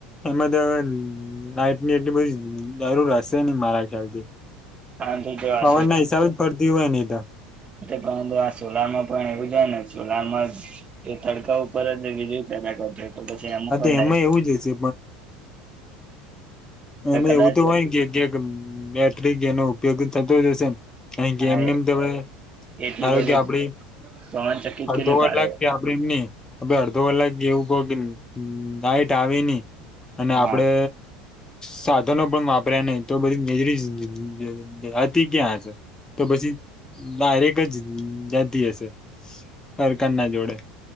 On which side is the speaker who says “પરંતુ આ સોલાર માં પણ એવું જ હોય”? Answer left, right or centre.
Right